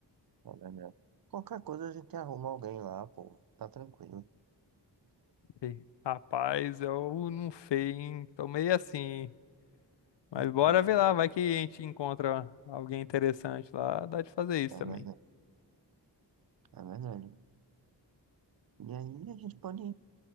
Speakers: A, on the right (about 55°); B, on the left (about 75°).
A: é verdade. Qualquer coisa a gente arruma alguém lá, pô. Tá tranquilo.
B: Ei, Rapaz, eu não sei, hein? Tô meio assim, hein? Mas
A: É
B: bora
A: verdade,
B: ver lá, vai que a gente encontra alguém interessante lá, dá de fazer isso
A: é
B: também.
A: verdade, é verdade. E aí a gente pode